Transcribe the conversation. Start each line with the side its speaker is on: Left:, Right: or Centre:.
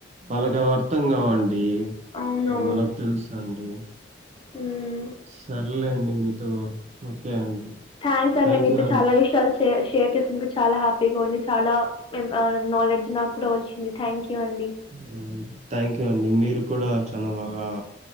Right: వాళ్ళకి అవి అర్థం కావండి
Left: అవునవును
Right: అవి మనకు తెలుసు అండి
Left: హ్మ్
Right: సర్లే అండి మీతో ఓకే అండి
Left: థ్యాంక్స్ అండి
Right: థ్యాంక్
Left: మీతో
Right: యూ
Left: చాలా విషయాలు షే షేర్ చేసునందుకు చాలా హ్యాపీగా ఉంది చాలా నాలెడ్జ్ నాకు కూడా వచ్చింది థ్యాంక్ యూ అండి
Right: హు థ్యాంక్ యూ అండి మీరు కూడా చాల బాగా